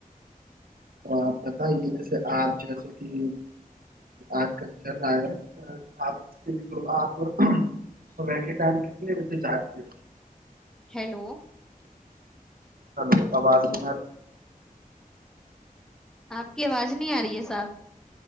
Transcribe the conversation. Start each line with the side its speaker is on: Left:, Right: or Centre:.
Right: تو آپ بتائیے جیسے آپ جیسے کہ آج کل چل رہا ہے آپ آپ صبح کے ٹائم کتنے بجے جاتے ہو
Centre: ہیلو
Right: ہلو آواز نہیں ہےاری
Centre: آپ کی آواز نہیں آ رہی ہے صاحب